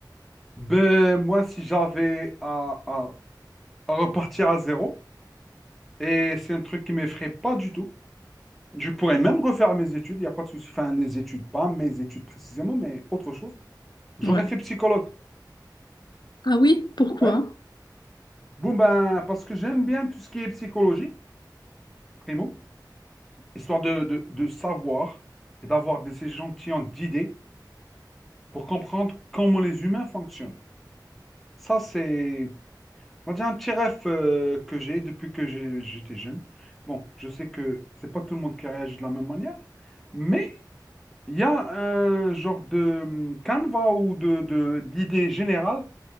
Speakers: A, in the centre; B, on the left.
A: Ben, moi, si j'avais à, à repartir à zéro. Et c'est un truc qui m'effraie pas du tout. Je pourrais même refaire mes études, il n'y a pas de souci. Enfin, les études, pas mes études précisément, mais autre chose. J'aurais
B: Ouais.
A: fait psychologue.
B: Ah oui, pourquoi?
A: Ouais. Bon, ben, parce que j'aime bien tout ce qui est psychologie, primo, histoire de, de- de savoir et d'avoir des échantillons d'idées pour comprendre comment les humains fonctionnent. Ça, c'est, on va dire, un petit rêve euh, que j'ai depuis que j'ai- j'étais jeune. Bon, je sais que c'est pas tout le monde qui réagit de la même manière, mais Il y a un genre de hum, canevas ou de, de- d'idées générales